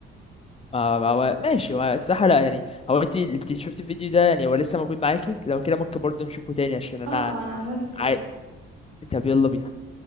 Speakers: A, on the left (about 20°); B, on the right (about 45°).
A: ما ما هو ماشي هو الصراحة لا يعني هو انت انت شفتي الفيديو ده يعني هو لسه موجود معاكي لو كده ممكن برضه نشوفه تاني عشان انا
B: اه اه انا عامله له سيف
A: عاي... طب يلا بينا